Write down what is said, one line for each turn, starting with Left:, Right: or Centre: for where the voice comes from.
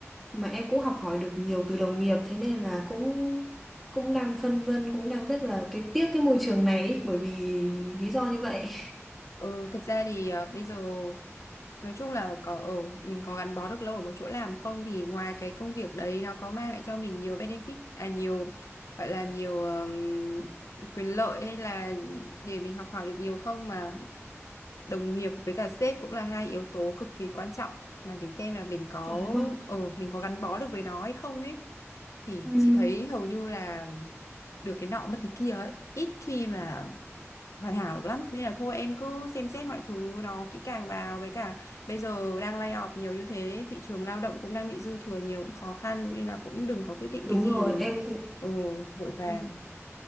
Centre: mà em cũng học hỏi được nhiều từ đồng nghiệp thế nên là cũng cũng đang phân vân cũng đang rất là cái tiếc cái môi trường này ấy, bởi vì lý do như vậy
Left: Ừ, thật ra thì à, bây giờ nói chung là có ở mình có gắn bó được lâu ở một chỗ làm không thì ngoài cái công việc đấy nó có mang lại cho mình nhiều benefit à nhiều gọi là nhiều ừm, quyền lợi hay là để mình học hỏi được nhiều không mà đồng nghiệp với cả sếp cũng là hai yếu tố cực kỳ quan trọng mà để xem là mình có
Centre: chuẩn luôn
Left: ờ mình có gắn bó được với nó hay không ấy thì
Centre: Ừ,
Left: chị thấy hầu như là được cái nọ mất cái kia ấy ít khi mà hoàn hảo được lắm nên là thôi em cứ xem xét mọi thứ nó kỹ càng vào với cả bây giờ đang lay off nhiều như thế thị trường lao động cũng đang bị dư thừa nhiều cũng khó khăn nên là cũng đừng có quyết định
Centre: đúng
Left: cái gì
Centre: rồi em cũng
Left: ồ vội vàng
Centre: ừ.